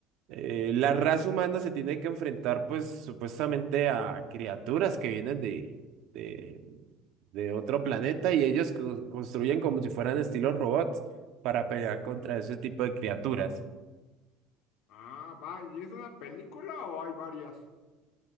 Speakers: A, on the right; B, on the left.
A: eh, la raza humana se tiene que enfrentar pues supuestamente a criaturas que vienen de, de, de otro planeta y ellos co- construyen como si fueran estilos robots para pelear contra ese tipo de criaturas.
B: Ah, va. ¿Y es una película o hay varias?